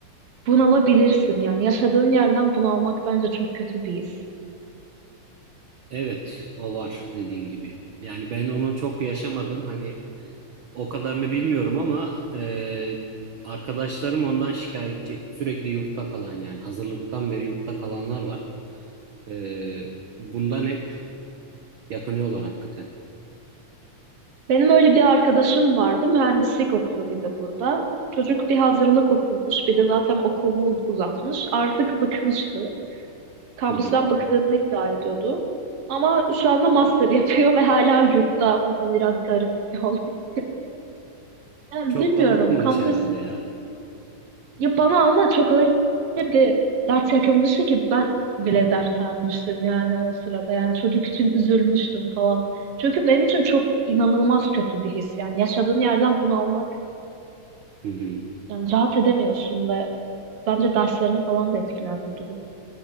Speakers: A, on the right; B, on the right.
A: bunalabilirsin. Yani yaşadığın yerden bunalmak bence çok kötü bir his.
B: Evet o var dediğin gibi. Yani ben onu çok yaşamadım. Hani O kadarını bilmiyorum ama e, arkadaşlarım ondan şikayetçi. Sürekli yurtta kalan yani hazırlıktan beri yurtta kalanlar var. E, bundan hep yakınıyorlar hakikaten.
A: Benim öyle bir arkadaşım vardı. Mühendislik okuyor bir de burada. Çocuk bir hazırlık okumuş, bir de zaten okulunu uzatmış. Artık bıkmıştı. Kampüsten
B: Hı hı.
A: bıktığını iddia ediyordu. Ama şu anda master yapıyor ve hala yurtta. O da biraz garip bir olay. <laughs> Yani
B: Çok
A: bilmiyorum
B: da bıkmamış
A: kampüs
B: herhalde ya.
A: ya bana ama çok öyle bir dert yakınmıştı ki ben bile dertlenmiştim yani o sırada. Yani çocuk için üzülmüştüm falan. Çünkü benim için çok inanılmaz kötü bir his. Yani yaşadığın yerden bunalmak
B: Hı hı.
A: yani rahat edemiyorsun ve bence derslerini falan da etkiler bu durum.